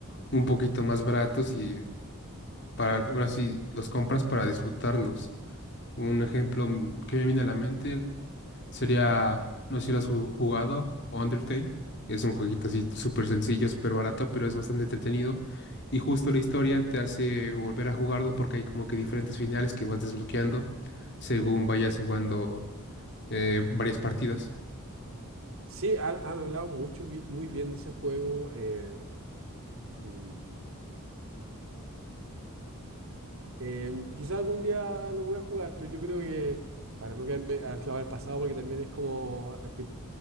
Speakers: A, on the left; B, on the right.
A: un poquito más baratos y para, ahora sí, los compras para disfrutarlos. Un ejemplo mm, que me viene a la mente sería, no sé si lo has ju- jugado, Undertale. Es un jueguito así súper sencillo, súper barato, pero es bastante entretenido. Y justo la historia te hace volver a jugarlo porque hay como que diferentes finales que vas desbloqueando según vayas jugando eh, varias partidas.
B: Sí, han, han hablado mucho, bi- muy bien de ese juego. eh, mm, Em, quizá algún día lo voy a jugar, pero yo creo que para no quedarme anclado en el pasado, porque también es como actitud